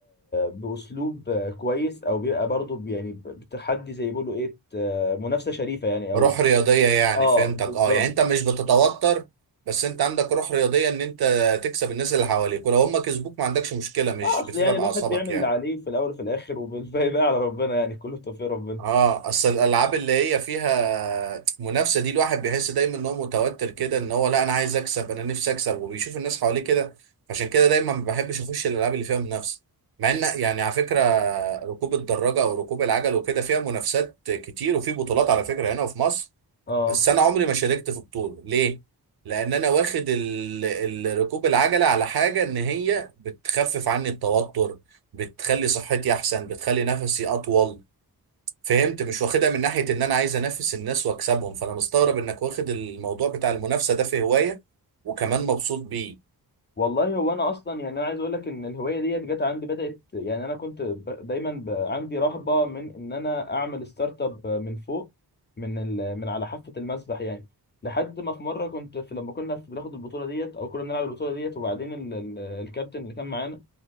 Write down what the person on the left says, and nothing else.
باسلوب كويس او بيبقى برضو ب- يعني ب- بتحدي زي ما بيقولوا ايه ت- منافسة شريفة يعني او
اه
بالظبط
اه اصل
يعني الواحد
بيعمل
اللي عليه في الاول وفي الاخر وبالباقي بقى على ربنا يعني كله توفيق ربنا
اه
والله هو انا اصلا يعني انا عايز اقول لك ان الهوايه ديت جت عندي بدات يعني انا كنت ب... دايما ب... عندي رهبه من ان انا اعمل ستارت اب من فوق من ال... من على حافه المسبح يعني لحد ما في مره كنت في لما كنا في بناخد البطوله ديت او كنا بنلعب البطوله ديت وبعدين ال... ال... الكابتن اللي كان معانا